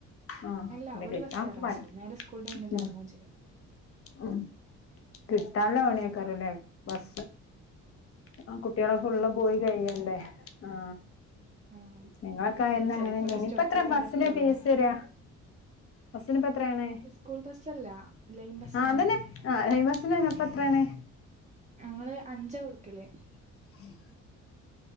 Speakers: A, on the left; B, on the right.
A: ആ
B: അല്ല
A: പിന്നെ
B: ഒരു
A: കിട്ടാൻ
B: ബസ്സ് കേറാനൊള്ളൂ
A: പണി
B: നേരെ സ്കൂളിന്റെ മുന്നിലെറങ്ങും
A: ഉം.
B: ചെയ്യും
A: ഉം കിട്ടാൻ ള്ളെ പണിയേക്കാരം ല്ലേ ബസ് ആഹ് കുട്ട്യാള് ഫുള്ള് പോയി കഴിയണ്ടേ ആ
B: ആഹ്
A: നിങ്ങളൊക്കായന്ന്
B: അവിടെ ചെലപ്പളേ
A: അങ്ങനെന്നേനി
B: സ്റ്റോപ്പിലൊക്കെ
A: ഇപ്പോ എത്ര ബസ്സിന്
B: നിർത്തുള്ളൂ
A: ഫീസ് വെരാ ബസ്സിനിപ്പൊ എത്രണ്
B: സ്കൂൾ ബസ്സല്ല ലൈൻ ബസ്സാണ്
A: ആ അതന്നെ ലൈൻ ബസ്സിനെന്നേ ഇപ്പ എത്രേണ്
B: ഞങ്ങള് അഞ്ചാ കൊടുക്കല്
A: ഉം